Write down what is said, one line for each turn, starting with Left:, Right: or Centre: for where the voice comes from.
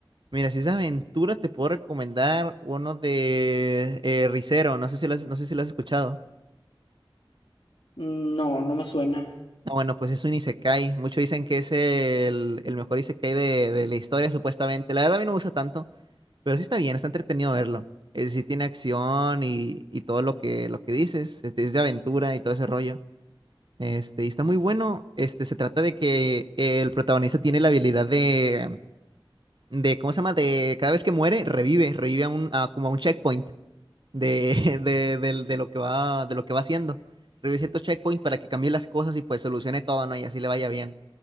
Right: Mira, si es aventura, te puedo recomendar uno de eh, Rizero. No sé si lo has, no sé si lo has escuchado.
Left: Mm, No, no me suena.
Right: No, bueno, pues es un isekai. Muchos dicen que es el, el mejor isekai de, de la historia, supuestamente. La verdad, a mí no me gusta tanto, pero sí está bien, está entretenido verlo. Eh, sí tiene acción y, y todo lo que, lo que dices. este, Es de aventura y todo ese rollo. Este, y está muy bueno. Este, se trata de que el protagonista tiene la habilidad de, de, ¿cómo se llama? De cada vez que muere, revive, revive a un, a- como a un checkpoint. de, <laughs> de, de de lo que va, de lo que va haciendo. Revise ciertos checkpoints para que cambie las cosas y pues solucione todo, ¿no? Y así le vaya bien.